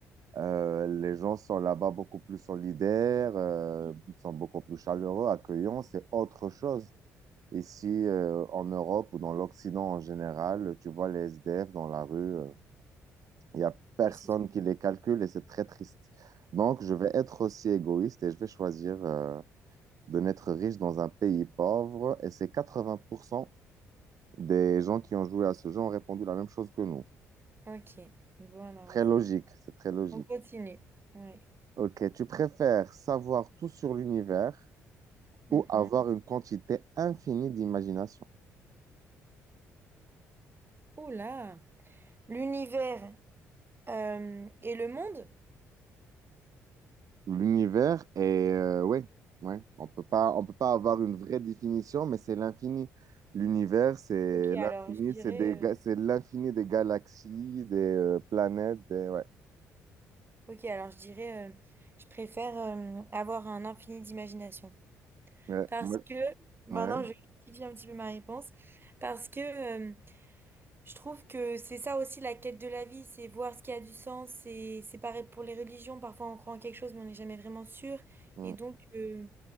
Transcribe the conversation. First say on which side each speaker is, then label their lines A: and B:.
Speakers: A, on the right (about 50°); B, on the right (about 30°).
A: Euh, les gens sont là-bas beaucoup plus solidaires, euh,
B: Mm.
A: sont beaucoup plus chaleureux, accueillants, c'est autre chose. Ici, euh, en Europe ou dans l'Occident en général, tu vois les SDF dans la rue, euh, il y a personne
B: Décision.
A: qui les calcule et c'est très triste. Donc, je vais être aussi égoïste et je vais choisir euh, de n'être riche dans un pays pauvre et c'est 80% des gens qui ont joué à ce jeu ont répondu la même chose que nous.
B: Ok, bon alors
A: Très
B: vas-y.
A: logique, c'est très logique.
B: On continue. Ouais.
A: Ok, tu préfères savoir tout sur l'univers
B: Mhm.
A: ou avoir une quantité infinie d'imagination.
B: Oula! L'univers euh, et le monde?
A: L'univers est, euh, ouais, ouais, on peut pas, on peut pas avoir une vraie définition, mais c'est l'infini. L'univers, c'est
B: Ok,
A: l'infini,
B: alors je dirais,
A: c'est des, ga-
B: euh,
A: c'est l'infini des galaxies, des euh, planètes, des, ouais,
B: ok, alors je dirais, euh, je préfère euh, avoir un infini d'imagination.
A: ouais,
B: Parce
A: ouais,
B: que, maintenant
A: ouais.
B: je rectifie un petit peu ma réponse, parce que euh, Je trouve que c'est ça aussi la quête de la vie, c'est voir ce qui a du sens. C'est c'est pareil pour les religions. Parfois, on croit en quelque chose, mais on n'est jamais vraiment sûr.
A: Mm,
B: Et donc, euh,